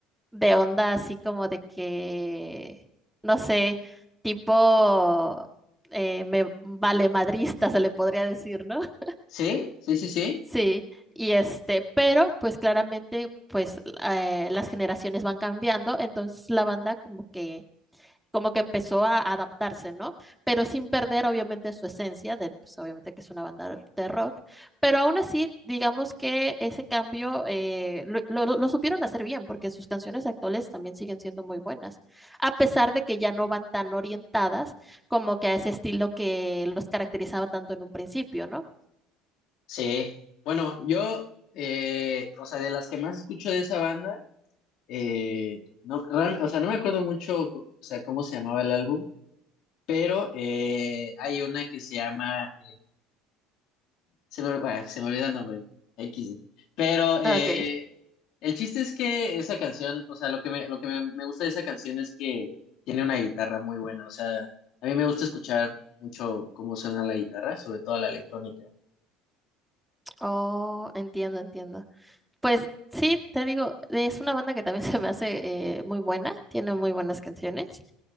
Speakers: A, in the centre; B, on the left.
A: de onda, así como de que, no sé, tipo eh, me vale madrista, se le podría decir, ¿no? <laughs>
B: Sí, sí, sí, sí.
A: Sí, y este, pero pues claramente, pues eh, las generaciones van cambiando, entonces la banda como que como que empezó a adaptarse, ¿no? Pero sin perder obviamente su esencia, de, pues, obviamente que es una banda de rock, pero aún así, digamos que ese cambio eh, lo, lo- lo supieron hacer bien, porque sus canciones actuales también siguen siendo muy buenas, a pesar de que ya no van tan orientadas como que a ese estilo que los caracterizaba tanto en un principio, ¿no?
B: Sí. Bueno, yo, eh, o sea, de las que más escucho de esa banda, eh, no, real- o sea, no me acuerdo mucho, o sea, cómo se llamaba el álbum, Pero eh, hay una que se llama, eh, se me, bueno, se me olvida el nombre, X. sí. Pero eh,
A: Ah, Ok.
B: el chiste es que esa canción, o sea, lo que me, lo que me, me gusta de esa canción es que tiene una guitarra muy buena. O sea, a mí me gusta escuchar mucho cómo suena la guitarra, sobre todo la electrónica.
A: Oh, entiendo, entiendo. Pues sí, te digo, es una banda que también <laughs> se me hace eh, muy buena, tiene muy buenas canciones,